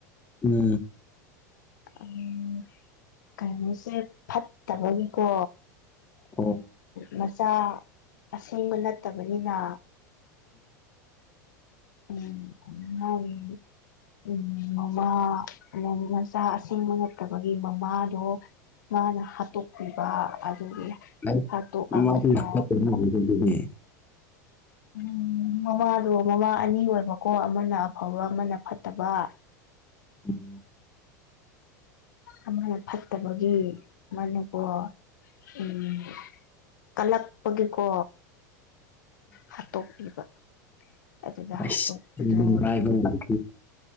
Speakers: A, on the left (about 20°); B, on the left (about 80°).
A: ꯎ
B: ꯎꯝ ꯀꯩꯅꯣꯁꯦ ꯐꯠꯇꯕꯒꯤꯀꯣ
A: ꯑꯣ
B: ꯃꯆꯥ ꯑꯁꯦꯡꯕ ꯅꯠꯇꯕꯅꯤꯅ ꯎꯝ ꯑ ꯑꯣꯏ ꯎꯝ ꯃꯃꯥ ꯃꯆꯥ ꯑꯁꯦꯡꯕ ꯅꯠꯇꯕꯒꯤ ꯃꯃꯥꯗꯣ ꯃꯥꯅ ꯍꯥꯠꯇꯣꯛꯄꯤꯕ ꯑꯗꯨꯒꯤ
A: ꯑꯩ
B: ꯍꯥꯠꯇꯣꯛꯑꯒꯀꯣ
A: ꯃꯃꯥꯗꯤ ꯌꯥꯝ ꯐꯠꯇꯕ ꯃꯥꯜꯂꯤꯀꯣ ꯑꯗꯨꯗꯤ
B: ꯎꯝ ꯃꯃꯥꯗꯣ ꯃꯃꯥ ꯑꯅꯤ ꯑꯣꯏꯕꯀꯣ ꯑꯃꯅ ꯑꯐꯕ ꯑꯃꯅ ꯐꯠꯇꯕ <unintelligible>
A: ꯎꯝ
B: ꯑꯃꯅ ꯐꯠꯇꯕꯒꯤ ꯃꯅꯀꯣ ꯎꯝ ꯀꯜꯂꯛꯄꯒꯤꯀꯣ ꯍꯥꯠꯇꯣꯛꯄꯤꯕ ꯑꯗꯨꯗ
A: ꯑ
B: ꯍꯥꯠꯇꯣꯛꯄꯗꯣ
A: ꯉꯉꯥꯏꯕ ꯂꯥꯛ